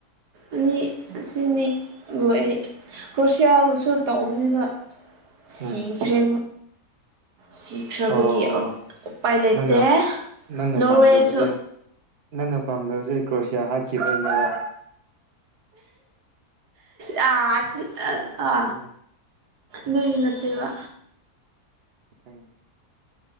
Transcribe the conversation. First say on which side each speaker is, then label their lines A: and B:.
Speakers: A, on the right; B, on the right.
A: ꯑꯅꯤ ꯑꯁꯤꯅꯤ ꯑꯗꯨ ꯑꯩ ꯀ꯭ꯔꯣꯁꯤꯌꯥꯕꯨꯁꯨ ꯇꯧꯕꯅꯦꯕ
B: ꯎꯝ
A: ꯁꯤꯈꯔꯦ ꯁꯤꯈ꯭ꯔꯕꯒꯤ
B: ꯑꯣ
A: ꯎꯄꯥꯏ ꯂꯩꯇꯦ
B: ꯅꯪꯅ ꯅꯪꯅ
A: ꯅꯣꯔꯋꯦꯁꯨ
B: ꯄꯥꯝꯗꯕꯁꯦ ꯅꯪꯅ ꯄꯥꯝꯗꯕꯁꯦ ꯀ꯭ꯔꯣꯁꯤꯌꯥ ꯍꯥꯠꯈꯤꯕꯒꯤꯅꯦꯕ
A: ꯍꯥ ꯍꯥ ꯍꯤ
B: ꯈꯪꯉꯤ ꯈꯪꯉꯤ
A: ꯥ
B: ꯈꯪꯉꯤ
A: ꯅꯣꯏꯗꯤ ꯅꯠꯇꯦꯕ
B: ꯀꯥꯏꯦ <inaudible>